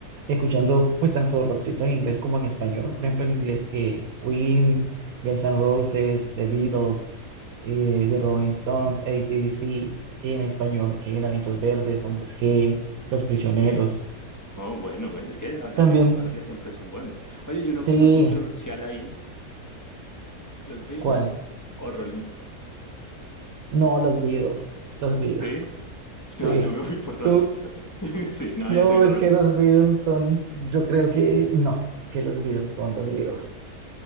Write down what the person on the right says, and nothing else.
escuchando pues tanto rockcito en inglés como en español. Por ejemplo, en inglés que Queen, Guns N' Roses, The Beatles, eh, The Rolling
Stones, AC/DC. Y en español que Enanitos Verdes, Hombres G, Los Prisioneros.
También,
sí,
¿cuál?
No, Los Beatles. Los Beatles.
Sí,
tú,
no,
es
que
los Beatles son, yo creo que no, es que los Beatles son los Beatles.